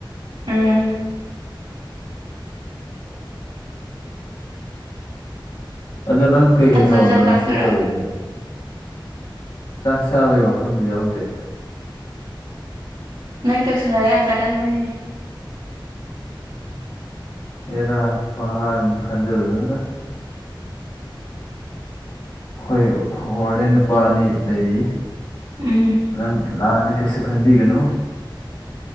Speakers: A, on the right; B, on the left.
A: ꯎꯝ
B: ꯑꯗꫭ ꯅꯪ ꯀꯩꯀꯩ
A: ꯑꯗꯨꯗ
B: ꯊꯕꯛꯅꯣ
A: ꯆꯥꯛ
B: ꯉꯁꯤ
A: ꯆꯥꯔꯛꯇꯣꯏꯔꯥ
B: ꯇꯧꯔꯛꯏꯅ ꯆꯥꯛ ꯆꯥꯕꯒꯤ ꯋꯥꯐꯝꯗꯤ ꯌꯥꯎꯗꯦ꯫
A: ꯅꯪ ꯇꯧꯁꯤꯟꯅꯔ ꯌꯥꯝ ꯆꯥꯒꯟꯕꯅꯤꯅꯦ
B: ꯍ‌ꯦꯔꯥ ꯄꯪꯍꯥꯅꯁꯨ ꯈꯟꯖꯜꯂꯨꯅꯨꯗ ꯈꯣꯏ ꯋꯥꯔꯗ‌ꯦꯟ ꯅꯨꯄꯥ ꯑꯅꯤ ꯂꯩꯔꯤ
A: ꯎꯝ
B: ꯅꯪ ꯂꯥꯟꯅ ꯀꯩꯁꯨ ꯈꯟꯕꯤꯒꯅꯨ